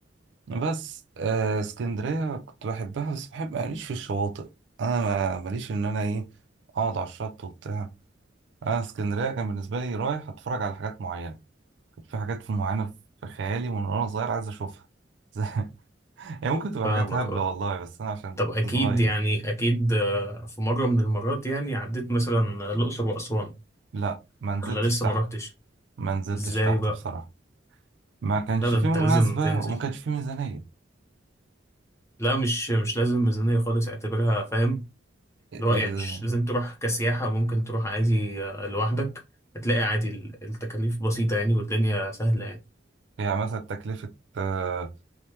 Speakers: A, on the right; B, on the left.
A: بس آه اسكندرية كنت بحبها بس بحب ماليش في الشواطئ انا ما- ماليش ان انا ايه اقعد على الشط وبتاع اه اسكندريه كان بالنسبه لي رايح اتفرج على حاجات معينه كانت في حاجات في معينه في خيالي من وانا صغير عايز اشوفها <laughs> زي- هي ممكن تبقى
B: فاهمك
A: حاجات هبله
B: اه
A: والله بس انا عشان
B: طب
A: كنت
B: اكيد
A: صغير
B: يعني اكيد آه، في مرة من المرات يعني عديت مثلا الاقصر واسوان
A: لا ما نزلتش
B: ولا لسه
A: تحت
B: ما رحتش
A: ما نزلتش
B: ازاي
A: تحت
B: بقى
A: بصراحه ما كانش
B: لا ده
A: فيه
B: انت
A: مناسبه
B: لازم تنزل
A: وما كانش فيه ميزانيه
B: لا مش مش لازم ميزانية خالص اعتبرها فاهم
A: ل-
B: اللي هو يعني مش لازم تروح كسياحة ممكن تروح عادي آه، لوحدك هتلاقي عادي ال- التكاليف بسيطة يعني والدنيا سهلة يعني
A: يعني مثلا تكلفه آه،